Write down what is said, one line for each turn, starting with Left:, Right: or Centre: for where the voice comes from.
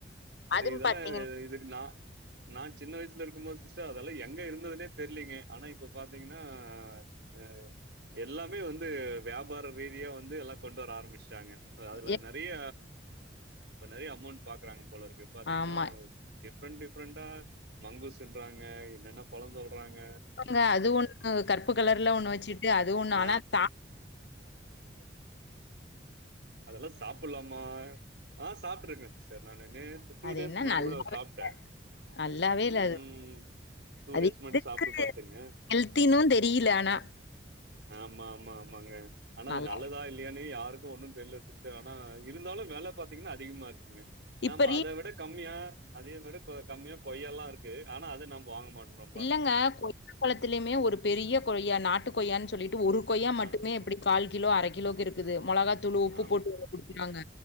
Left: அதுவும்
Right: இதெல்லா
Left: பாத்தீங்கன்னா
Right: இதுக்கு நா நா சின்ன வயசுல இருக்கும் போது சிஸ்டர் அதெல்லா எங்க இருந்ததுனே தெரியலீங்க ஆனா இப்ப பாத்தீங்கன்னா அ எல்லாமே வந்து வியாபார ரீதியா வந்து எல்லா கொண்டு வர ஆரம்பிச்சிட்டாங்க இப்ப அதுல
Left: எ
Right: நிறைய இப்ப நிறைய அமௌண்ட் பாக்குறாங்க போல இருக்கு பாத்தீங்கன்னா
Left: ஆமா
Right: டிஃப்ரெண்ட் டிஃப்ரெண்டா மங்குஸ்ன்றாங்க என்னென்ன பழம் சொல்றாங்க
Left: ங்க அது ஒண்ணு கருப்பு கலர்ல ஒண்ணு வச்சுட்டு அதுவும் ஒண்ணு
Right: ஆ
Left: ஆனா தா
Right: அதெல்லாம் சாப்பிடலாமா ஆ சாப்பிட்டு இருக்கேன் சிஸ்டர் நான் டூ
Left: அது
Right: டேஸ்க்கு
Left: என்ன
Right: முன்னாடி
Left: நல்லாவே
Right: கூட சாப்ட்டேன்
Left: நல்லாவே இல்ல
Right: ம்.
Left: அது அது
Right: டேஸ் முன்னாடி
Left: எதுக்கு
Right: சாப்ட்டு பாத்தேங்க.
Left: ஹெல்தினும் தெரில ஆனா
Right: ஆமா ஆமா ஆமாங்க ஆனா
Left: நல்லா
Right: அது நல்லதா இல்லையானு யாருக்கும் ஒன்னும் தெரியல சிஸர் ஆனா இருந்தாலும் வேலை பார்த்தீங்கன்னா அதிகமா இருக்குங்க நாம
Left: இப்ப ரீ
Right: அதை விட கம்மியா அத விட கம்மியா கொய்ய எல்லாம் இருக்கு ஆனா அத நம்ம வாங்க மாட்டென்றோ
Left: இல்லங்க கொய்யா பலத்திலயுமே ஒரு பெரிய கொய்யா நாட்டு கொய்யான்னு சொல்லிட்டு ஒரு கொய்யா மட்டுமே
Right: ஆ
Left: எப்படி கால் கிலோ அரை கிலோக்கு இருக்குது மிளகாத் உப்பு
Right: ஆமா,
Left: போட்டு குடிக்கறாங்க